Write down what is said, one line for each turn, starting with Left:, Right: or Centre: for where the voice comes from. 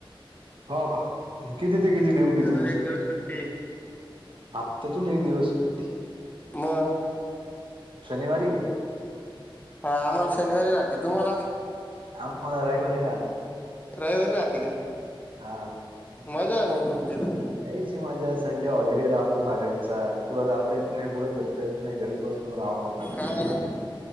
Right: हो का किती ते किती ड्युटी
Left: हप्त्यातून
Right: तुमची?
Left: एक दिवस सुट्टी
Right: हप्त्यातून एक दिवस सुट्टी.
Left: मग
Right: शनिवारी का?
Left: हा आम्हाला शनिवारी राहते तुम्हाला?
Right: आम्हाला रविवारी राहते.
Left: रविवार राहती का?
Right: हा
Left: मज्जा आहे मग तुमची तर,
Right: यायची मज्जा संडे हॉलिडे राहतो. सगळ्यांचा कुठं जात येत नाही कुठं फिरता येत नाही घरीच बस सून राहावं लागत
Left: कामाला